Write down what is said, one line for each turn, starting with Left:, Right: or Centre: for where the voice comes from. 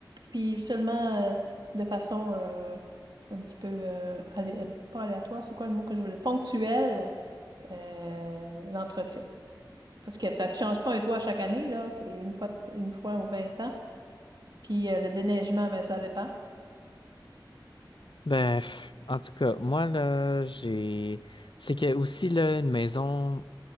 Right: puis seulement euh, de façon euh, un petit peu euh, alé- pas aléatoire, c'est quoi le mot que je voulais? Ponctuel, euh, l'entretien. Parce que tu ne changes pas un toit chaque année, là, c'est une fois, une fois ou 20 ans. Puis euh, le déneigement, ben, ça dépend.
Left: Ben pff, en tout cas, moi là, j'ai. C'est que aussi là, une maison.